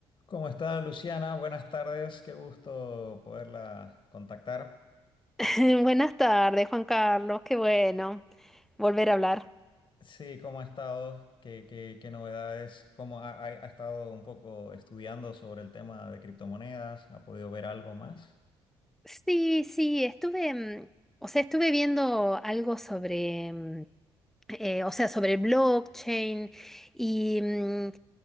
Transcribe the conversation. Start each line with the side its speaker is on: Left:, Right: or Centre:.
Left: ¿Cómo está Luciana? Buenas tardes, qué gusto poderla contactar.
Centre: <laughs> Buenas tardes, Juan Carlos. Qué bueno volver a hablar.
Left: Sí, ¿cómo ha estado? ¿Qué, qué- qué novedades? ¿Cómo ha, ha- ha estado un poco estudiando sobre el tema de criptomonedas? ¿Ha podido ver algo más?
Centre: Sí, sí, estuve, mm, o sea, estuve viendo algo sobre, mm, eh, o sea, sobre blockchain y mm,